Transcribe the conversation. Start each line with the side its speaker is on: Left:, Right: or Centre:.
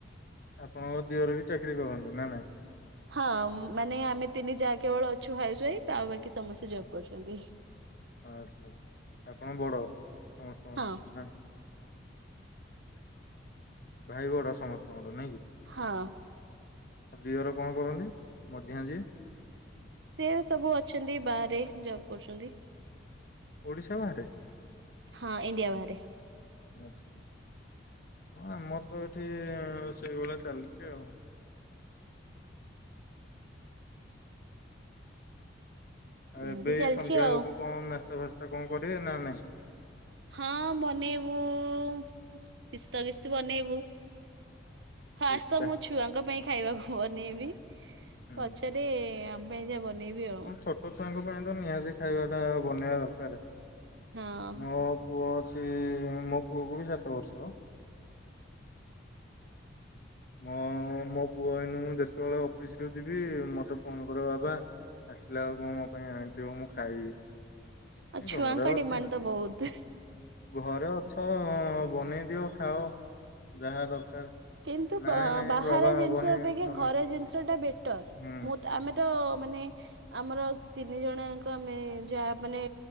Left: ଆପଣଙ୍କ ଦିଅରେ ବି ଚାକିରରି କରନ୍ତି ନା ନାଇଁ
Right: ହଁ ମାନେ ଆମେ ତିନି ଯା କେବଳ ଅଛୁ ହାଇ ସାଇ ଆଉ ବାକି ସମସ୍ତେ ଜବ୍ କରୁଛନ୍ତି
Left: ଆଚ୍ଛା ଆଚଛା ଆପଣ ବଡ ସମସ୍ତଙ୍କ
Right: ହଁ
Left: ଭାଇ ବଡ ସମସ୍ତଙ୍କର ନାଇଁ କି
Right: ହଁ
Left: ଆଉ ଦୁିଅର କଣ କରନ୍ତି ମଝି ମଝି
Right: ସେ ସବୁ ଅଛନ୍ତି ବାହାରେ ଜବ କରୁଛନ୍ତି
Left: ଓଡିଶା ବାହାରେ
Right: ହଁ ଇଣ୍ଡିଆ ବାହାରେ
Left: ଆଛା ହଁ ଆମର ତ ଏଠି ସେଇଭଳିଆ ଚାଲିଛି ଆଉ ଆଉ ଏବେ
Right: ଏମିତି ଚାଲିଛି
Left: ସନ୍ଧ୍ୟା ବେଳକୁ
Right: ଆଉ।
Left: କଣ ନାସ୍ତା ଫାସ୍ତା କଣ କରିବେ ନା ନାଇଁ
Right: ହଁ ବନେଇବୁ କିସ୍ତ କିସ୍ ବନେଇବୁ ଫାଷ୍ଟ
Left: ପିସ୍ତା
Right: ତ ମୁଁ ଛୁଆଙ୍କ ପାଇଁ ଖାଇବାକୁ ବନେଇବି
Left: ହୁଁ।
Right: ପଛରେ ପାଇଁ ଯବ ନେଇବି ଆଉ
Left: ହଁ ଛୋଟ ଛୁଆଙ୍କ ପାଇଁ ତ ନିହାତି ଖାଇବାଟା ବନେଇବା ଦରକାର
Right: ହଁ
Left: ଓ ପୁଅ ଅଛି ମୋ ପୁଅକୁ ବି ସାତ ବର୍ଷ। ମ ମୋ ପୁଅ ଭନୁ ମୁଁ ଯେତେବେଳେ ଅଫିସରୁୁ ଯିବି ମତେ ଫୋନ କରିବ ବାବା ଆସିଲା ବେଳକୁ କଣ୍ ମୋ ପାଇଁ ଆଣିଥିବ ମୁଁ ଖାଇବି।
Right: ଆଉ
Left: ଏ
Right: ଛୁଆଙ୍କ
Left: ଘରେ ଅଛି।
Right: ଡିମାଣ୍ଡ ତ ବହୁତ।
Left: ଘରେ ଅଛ ବନେଇ ଦିଅ ଖାଅ, ଯାହା ଦରକାର।
Right: କିନ୍ତୁ
Left: ନାଇଁ ନାଇଁ
Right: ବାହାର
Left: ବାବା
Right: ଜିନିଷ
Left: ହବନି
Right: ଅପେକ୍ଷା
Left: ତମେ
Right: ଘର ଜିନିଷ ଟା ବେଟର,
Left: ହୁଁ
Right: ମୁଁ ଆମେ ତ ମାନେ, ଆମର ତିନି ଜଣଙ୍କ ଆମେ ଯାହା ମାନେ